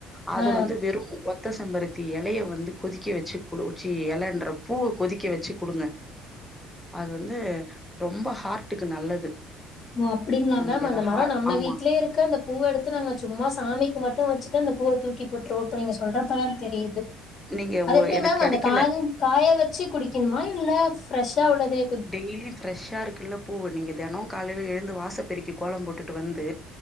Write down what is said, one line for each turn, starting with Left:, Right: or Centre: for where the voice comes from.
Centre: அத
Left: ஆ
Centre: வந்து வெறு ஒத்த செம்பருத்தி எலையை வந்து கொதிக்க வச்சு குளு ச்சி எலைன்ற பூவ கொதிக்க வச்சு குடுங்க அது வந்து ரொம்ப ஹார்ட்டுக்கு நல்லது
Left: ஓ அப்டிங்களா
Centre: நம்மளோட
Left: மேம் அந்த மர
Centre: ஹா
Left: நம்ம
Centre: ஆமா
Left: வீட்லே இருக்கு அந்தப் பூவ எடுத்து நாங்க சும்மா சாமிக்கு மட்டு வச்சுட்டு அந்த பூவ தூக்கி போட் ருவோ இப்ப நீங்க சொல்றப்பதா தெரியுது
Centre: நீங்க
Left: அது
Centre: ஒ
Left: எப்டி
Centre: எனக்கு
Left: மேம்
Centre: கெடைக்கல
Left: அந்த கா காய வச்சு குடிக்கணுமா இல்ல ஃப்ரெஷ்ஷா உள்ளதே கொஞ்ச
Centre: டெய்லியு ஃப்ரெஷ்ஷா இருக்குல்ல பூவு நீங்க தெனோ காலையில எழுந்து வாசப் பெருக்கி கோலம் போட்டுட்டு வந்து